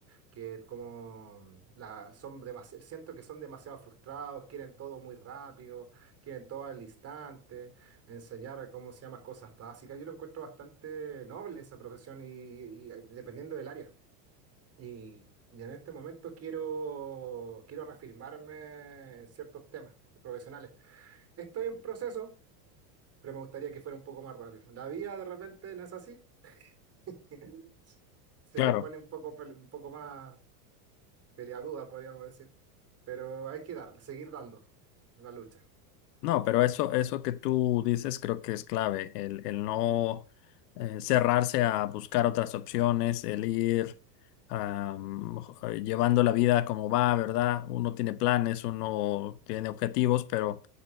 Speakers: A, on the right; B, on the left.
A: que como mm, la, son demasi- siento que son demasiado frustrados, quieren todo muy rápido, quieren todo al instante, enseñar cómo se llaman cosas básicas. Yo lo encuentro bastante noble esa profesión y, y dependiendo del área. Y, y en este momento quiero, quiero reafirmarme en ciertos temas profesionales. Estoy en proceso, pero me gustaría que fuera un poco más rápido. La vida de repente no es así, <laughs> se
B: Claro,
A: te pone un poco, pel- un poco más peleaguda, podríamos decir. Pero hay que dar, seguir dando la lucha.
B: no, pero eso, eso que tú dices creo que es clave, el, el no eh, cerrarse a buscar otras opciones, el ir am, eh, llevando la vida como va, ¿verdad? Uno tiene planes, uno tiene objetivos, pero